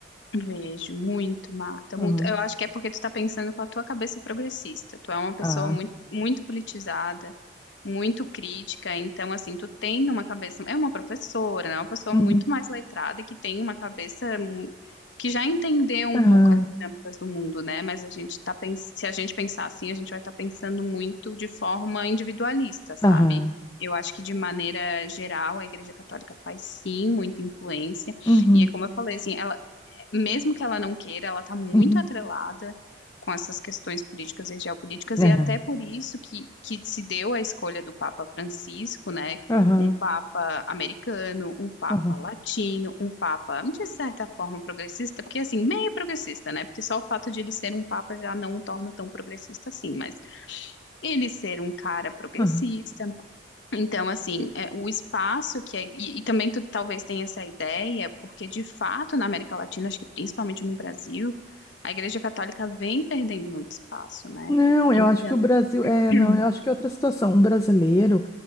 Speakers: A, on the left; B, on the left.
A: Vejo muito, Marta,
B: Aham.
A: muito. Eu acho que é porque tu tá pensando com a tua cabeça progressista. Tu é uma pessoa
B: Ah.
A: muito, muito politizada, muito crítica, então assim, tu tem uma cabeça, é uma professora, né? Uma pessoa
B: Uhum.
A: muito mais letrada e que tem uma cabeça mu- que já entendeu um
B: Aham.
A: pouco as dinâmicas do mundo, né? Mas a gente tá pens... se a gente pensar assim, a gente vai estar pensando muito de forma individualista, sabe?
B: Aham.
A: Eu acho que de maneira geral a Igreja Católica faz sim muita influência.
B: Uhum.
A: E é como eu falei, assim, ela mesmo que ela não queira, ela está muito
B: Uhum.
A: atrelada com essas questões políticas e geopolíticas,
B: Aham.
A: e até por isso que, que se deu a escolha do Papa Francisco, né?
B: Aham.
A: Um Papa americano, um Papa
B: Aham.
A: latino, um Papa, de certa forma, progressista, porque assim, meio progressista, né? Porque só o fato de ele ser um Papa já não o torna tão progressista assim, mas ele ser um cara progressista,
B: Aham.
A: então, assim, é, o espaço que é. E, e também tu talvez tenha essa ideia, porque de fato na América Latina, acho que principalmente no Brasil, a Igreja Católica vem perdendo muito espaço, né?
B: Não, eu
A: Então.
B: acho que o Brasil. É,
A: <clears throat>
B: não, eu acho que é outra situação. Um brasileiro,